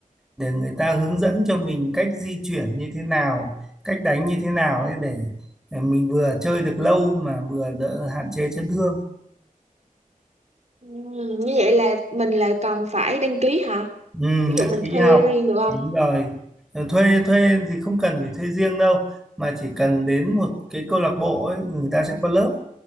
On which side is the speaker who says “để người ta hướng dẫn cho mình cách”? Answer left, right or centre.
Centre